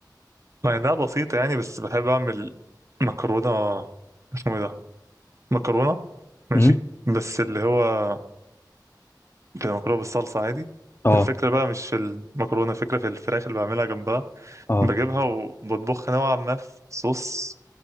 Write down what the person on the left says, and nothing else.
امم
اه
اه